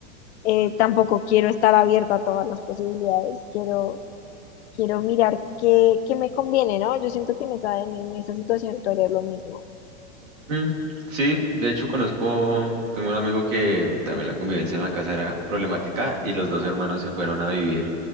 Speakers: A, on the left; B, on the right.
A: Eh, tampoco quiero estar abierta a todas las posibilidades. Quiero, quiero mirar qué, qué me conviene, ¿no? Yo siento que en esa, en, en esa situación tú harías lo mismo.
B: mm. Sí, de hecho conozco, tengo un amigo que también la convivencia en la casa era problemática y los dos hermanos se fueron a vivir